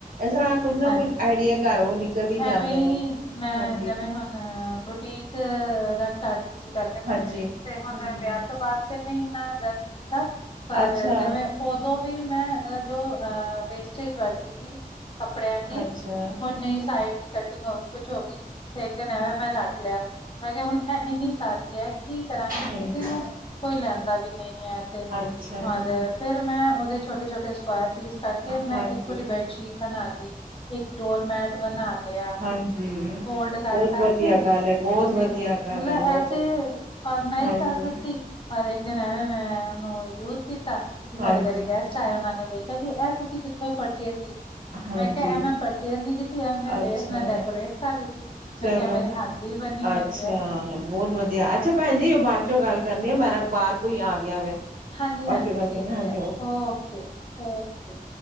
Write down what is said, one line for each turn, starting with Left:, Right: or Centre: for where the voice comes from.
Right: ਇਸ ਤਰ੍ਹਾਂ ਕੁੱਝ ਨਾ
Left: ਹਾਂਜੀ,
Right: ਕੁੱਝ ਆਈਡੀਆ ਘਰ ਉਹ ਨਿਕਲ ਹੀ ਜਾਂਦੇ
Left: ਐਵੇਂ ਹੀ
Right: ਨੇ
Left: ਮੈਂ
Right: ਹਾਂਜੀ
Left: ਜਿਵੇਂ ਹੁਣ ਬੁਟੀਕ ਰਨ ਕਰਦੀ ਸੀ, ਪਹਿਲੇ
Right: ਹਾਂਜੀ
Left: ਮੈਂ ਤੇ ਹੁਣ
Right: ਹਾਂਜੀ
Left: ਵਿਆਹ ਤੋਂ ਬਾਅਦ ਨੇ ਇਨਾ ਰਨ ਕੀਤਾ, ਪਰ
Right: ਅੱਛਾ
Left: ਜਿਵੇਂ ਉਦੋਂ ਵੀ ਮੈਂ ਜੋ ਅ ਵੇਸਟੇਜ ਵੱਧਦੀ ਸੀ। ਕੱਪੜਿਆਂ ਦੀ
Right: ਅੱਛਾ
Left: ਹੁਣ ਨੀ ਸਾਈਡ ਦੀ ਕੱ ਹੋ ਗਈ ਕੁੱਛ ਹੋ ਗਈ, ਤੇ ਇੱਕ ਦਿਨ ਐਵੇਂ ਮੈਂ ਰੱਖ ਲਿਆ, ਮੈਂ ਕਿਹਾ ਹੁਣ ਇੰਨੀ ਸਾਰੀ ਹੈ ਕਿ ਕਰਾਂਗੀ, ਕਿਸੇ
Right: ਹਾਂਜੀ
Left: ਨੂੰ ਕੋਈ ਲੈਂਦਾ ਵੀ ਨਹੀਂ ਹੈ ਤੇ
Right: ਅੱਛਾ
Left: ਔਰ
Right: ਜੀ
Left: ਫਿਰ ਮੈਂ ਉਹਦੇ ਛੋਟੇ-ਛੋਟੇ ਸਕੁਆਇਰ ਪੀਸ ਕੱਢ ਕੇ
Right: ਹਾਂਜੀ,
Left: ਮੈਂ ਇੱਕ ਪੂਰੀ ਬੈਠ ਚੀ ਬਣਾ ਲਈ ਇੱਕ ਡੋਰਮੈਟ ਬਣਾ ਲਈ।
Right: ਹਾਂਜੀ
Left: ਫੋਲਡ ਕਰ
Right: ਬਹੁਤ
Left: ਕਰਕੇ
Right: ਵਧੀਆ ਗੱਲ ਹੈ, ਬਹੁਤ ਵਧੀਆ
Left: ਤੇ
Right: ਗੱਲ
Left: ਮਤਲਬ
Right: ਹੈ, ਬਹੁਤ
Left: ਐਸੇ
Right: ਵਧੀਆ
Left: ਔਰਗਨਾਈਜ਼
Right: ਹਾਂਜੀ,
Left: ਕਰ ਦਿੱਤੀ, ਔਰ ਇੱਕ ਦਿਨ ਐਵੇਂ ਮੈਂ ਉਹਨੂੰ ਯੂਜ ਕੀਤਾ ਤੇ ਸਾਡੇ
Right: ਹਾਂਜੀ,
Left: ਘਰੇ ਗੈਸ ਚਾਹੇ ਉਹਨਾਂ ਨੇ ਦੇਖਿਆ, ਕਿ ਇਹ ਤੁਸੀਂ ਕਿੱਥੋਂ ਪਰਚੇਜ ਕੀਤੀ।
Right: ਹਾਂਜੀ
Left: ਮੈਂ ਕਿਹਾ ਮੈਂ ਪਰਚੇਜ਼ ਨਹੀਂ ਕੀਤੀ, ਮੈਂ ਲੇਸ
Right: ਅੱਛਾ
Left: ਨਾ ਡੈਕੋਰੇਟ ਕਰ ਦਿੱਤੀ। ਮੈਂ
Right: ਚਲੋ
Left: ਕਿਹਾ ਮੇਰੀ ਹੱਥ ਹੀ ਬਣੀ ਹੋਈ
Right: ਅੱਛਾ
Left: ਹੈ।
Right: ਬਹੁਤ ਵਧੀਆ ਅੱਛਾ ਭੈਣ ਜੀ, ਬਾਅਦ ਚੋਂ ਗੱਲ ਕਰਨੀ ਆ ਮੇਰਾ ਬਾਹਰ ਕੋਈ ਆ ਗਿਆ ਵੇ
Left: ਹਾਂਜੀ-ਹਾਂਜੀ,
Right: ਬਾਅਦ ਚੋਂ ਗੱਲ
Left: ਠੀਕ
Right: ਕਰਨੀ ਹਾਂਜੀ
Left: ਹੈ ਓਕੇ ਕੇ।